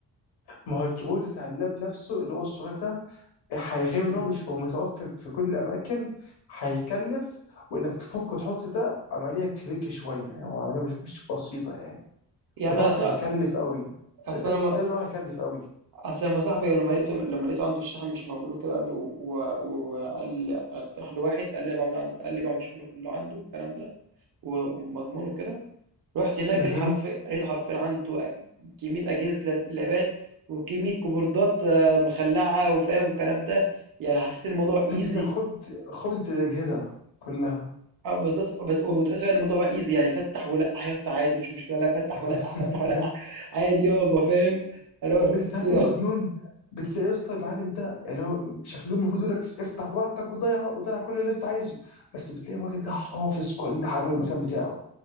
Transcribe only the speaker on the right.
مم.
يعني
اصلا
اصلا
لما
اصلا لما صاحبي لما لقيته لما لقيته عنده الشاحن مش موجود وكده قال لي و- و- وقال اقترح لي واحد قال لي أنا بعمل عند- قال لي بعمل شغل كله عنده والكلام ده و- ومضمون وكده رحت هناك
لقيت حرفيا لقيت حرفيا عنده أ- كمية أجهزة لاب- لابات وكمية كيبوردات آه، مخلعة وفاهم الكلام ده يعني حسيت إن الموضوع ايزي
أو بالظبط بس وتحس بقى إن الموضوع بقى ايزي يعني فتح ولقح يا اسطى عادي مفيش مشكلة لا فتح
ولقح فتح ولقح عادي يابا فاهم اللي هو فلوس
كتيرة